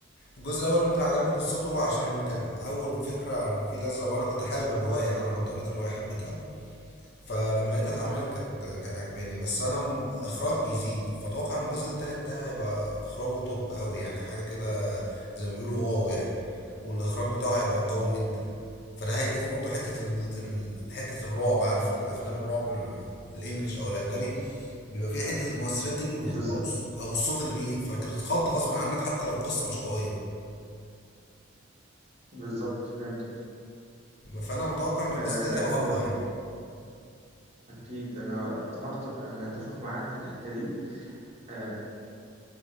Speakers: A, on the left; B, on the right.
A: الجزء الاول ممكن عجبني قصته عشان كان اول فكره عن الفيل الازرق وانا كنت حابب الروايه يعني انا كنت قريت الروايه حبيتها فلما لقيتها اتعملت كانت كانت عجباني بس انا م- الاخراج بيزيد فاتوقع ان الجزء التالت ده هيبقى اخراجه توب قوي يعني حاجه كده زي ما بيقولوا واو يعني والاخراج بتاعه هيبقى قوي جدا فده هيضيف برضو حته ال... ال- حته الرعب عارف الافلام الرعب ال- الانجليش او الاجنبي بيبقى فيها حته المؤثرات دي بيبقوا
B: بالظبط
A: او الص- أو الصوت اللي بي فانت بتتخض غصب عنك حتى لو القصه مش قويه
B: بالظبط فهمت
A: فانا متوقع ان الجزء
B: آه
A: التالت
B: لا
A: هيبقى
B: هو
A: اقوى يعني
B: أكيد أنا اتفقت أنا أتفق معاك في الحتة دي آه